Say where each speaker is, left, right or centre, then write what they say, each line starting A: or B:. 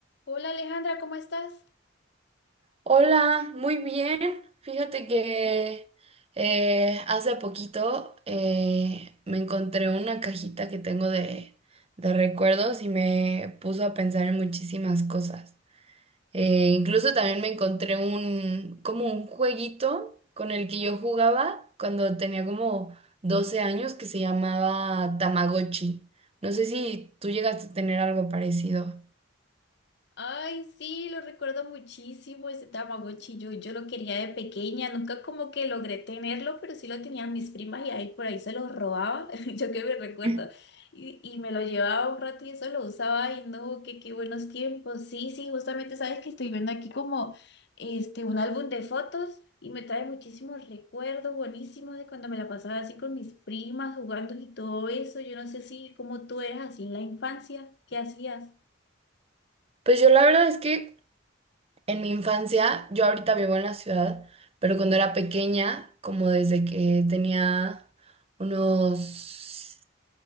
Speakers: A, on the left; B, on the right.
A: Hola Alejandra, ¿cómo estás?
B: Hola, muy bien. Fíjate que eh, hace poquito eh, me encontré una cajita que tengo de, de recuerdos y me puso a pensar en muchísimas cosas. Eh, incluso también me encontré un, como un jueguito con el que yo jugaba cuando tenía como 12 años que se llamaba Tamagotchi. No sé si tú llegaste a tener algo parecido.
A: Ay, sí, lo recuerdo muchísimo, ese Tamagotchi. Yo, yo lo quería de pequeña, nunca como que logré tenerlo, pero sí lo tenían mis primas y ahí por ahí se lo robaba, <laughs> yo que me recuerdo,
B: <laughs>
A: y, y me lo llevaba un rato y eso lo usaba. y no, qué, qué buenos tiempos. Sí, sí, justamente sabes que estoy viendo aquí como este un álbum de fotos y me trae muchísimos recuerdos buenísimos de cuando me la pasaba así con mis primas jugando y todo eso. Yo no sé si como tú eras así en la infancia, ¿qué hacías?
B: Pues yo la verdad es que En mi infancia, yo ahorita vivo en la ciudad, pero cuando era pequeña, como desde que tenía unos